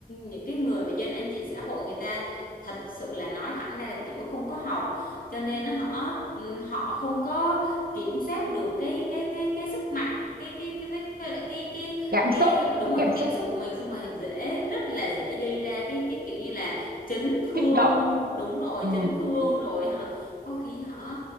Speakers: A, on the left (about 60°); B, on the right (about 70°).
A: những cái người mà dân anh chị xã hội người ta thật sự là nói thẳng ra là kiểu không có học cho nên nó họ ừ, họ không có kiểm soát được cái cái cái cái sức mạnh cái cái cái với, với lại cái cái
B: Cảm
A: cái
B: xúc
A: đúng
B: Cái
A: rồi
B: cảm
A: cái
B: xúc
A: cảm xúc của mình xong rồi dễ rất là dễ gây ra cái cái kiểu như là chấn thương
B: kích động
A: đúng rồi
B: Ừ
A: chấn thương rồi họ có khi họ